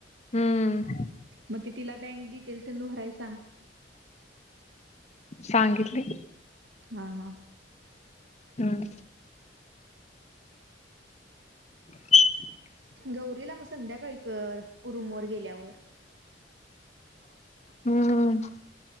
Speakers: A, on the left; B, on the right.
A: हम्म.
B: म ती तिला बँक डिटेल्स तेन भराय सांग.
A: सांगितलय.
B: हा हा.
A: हम्. <inaudible>
B: गौरीला म संध्याकाळी कर रूमवर गेल्यावर.
A: हम्म.